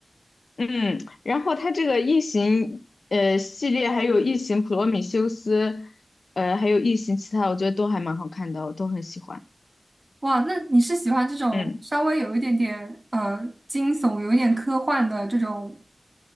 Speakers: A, on the left; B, on the right.
A: 嗯，然后它这个异形呃系列，还有异形普罗米修斯，呃，还有异形其他，我觉得都还蛮好看的，我都很喜欢。
B: 哇，那你是喜欢这种稍微有一点点呃惊悚、
A: 嗯
B: 有一点科幻的这种